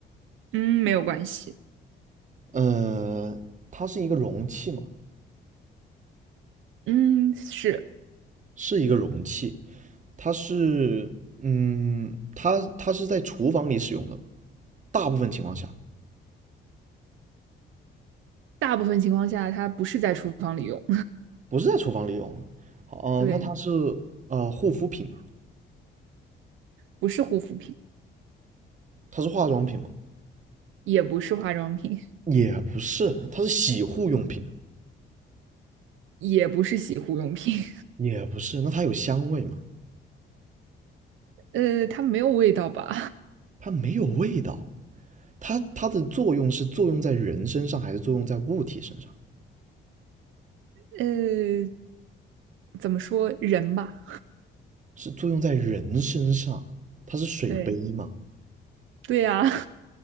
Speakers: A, on the right (about 80°); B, on the right (about 40°).
A: 嗯，没有关系，
B: 呃，它是一个容器吗？
A: 嗯，是。
B: 是一个容器。它是，嗯，它它是在厨房里使用的，大部分情况下
A: 大部分情况下它不是在厨房里用，
B: 不是在厨房里用的。
A: <laughs>
B: 好，呃，
A: 对，
B: 那它是呃护肤品吗？
A: 不是护肤品，
B: 它是化妆品吗？
A: 也不是化妆品，
B: 也不是，它是洗护用品，
A: 也不是洗护用品，
B: 也不是。那它有香味吗？
A: <laughs> 呃，它没有味道吧？
B: 它没有味道。它它的作用是作用在人身上，还是作用在物体身上？
A: <laughs> 呃，怎么说人吧？
B: 是作用在人身上。它是水杯吗？
A: 对，对呀、<laughs> 啊